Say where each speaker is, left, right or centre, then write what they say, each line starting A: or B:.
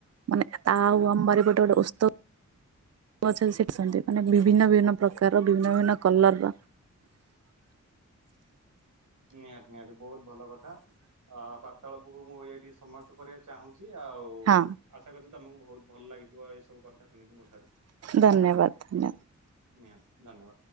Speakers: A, on the right; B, on the right.
A: ମାନେ
B: ହୁଁ
A: ଆଉ ଆମବାରି ପଟେ ଟେ ଓସ୍ତ <unintelligible> ମାନେ ବିଭିନ୍ନ ବଭିନ୍ନ ପ୍ରକାର ଭିନ୍ନ ଭିନ୍ନ କଲର
B: ନିହାତ ନିହାତି ବହୁତ ଭଲ କଥା ଆ ବାର୍ତ୍ତାଳପକୁ ମୁଁ ଏଇଠି ସମାପ୍ତ କରିବା ଚାହୁଁଛି ଆଉ
A: ହଁ
B: ଆଶା କଛି ତମକୁ ଭହୁତ ଭଲ ଲାଗିଥିବ ଏ ସବୁ କଥା ଶୁଣିକି ମୋ
A: ଧନ୍ୟବାଦ ଧନ୍ୟ
B: ନିହା ଧନ୍ୟ